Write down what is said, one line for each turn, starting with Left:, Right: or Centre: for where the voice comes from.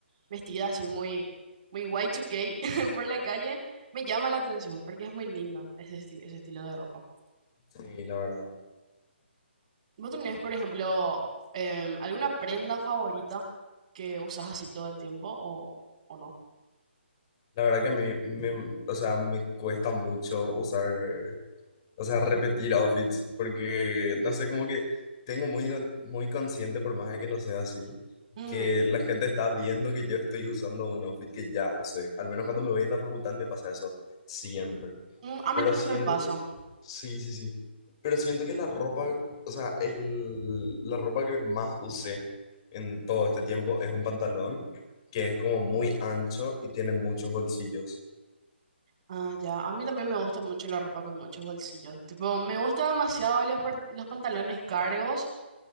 Right: vestida así muy, muy Y2K <laughs> por la calle, me llama la atención porque es muy lindo ese, esti- ese estilo de ropa.
Left: Sí, la verdad.
Right: ¿Vos tenés, por ejemplo, em, alguna prenda favorita que usas así todo el tiempo o, o no?
Left: La verdad que a mí me, o sea, me cuesta mucho usar O sea, repetir outfits, porque no sé, como que tengo muy, muy consciente, por más de que no sea así,
Right: Mm,
Left: que la gente está viendo que yo estoy usando un outfit que ya usé. Al menos cuando me voy en la facultad me pasa eso siempre.
Right: mm, a mí
Left: Pero
Right: también
Left: siento
Right: me pasa.
Left: que, sí, sí, sí. Pero siento que la ropa, o sea, el, la ropa que más usé en todo este tiempo es un pantalón que es como muy ancho y tiene muchos bolsillos.
Right: Ah, ya. A mí también me gusta mucho la ropa con muchos bolsillos. Tipo, me gusta demasiado los, par- los pantalones cargos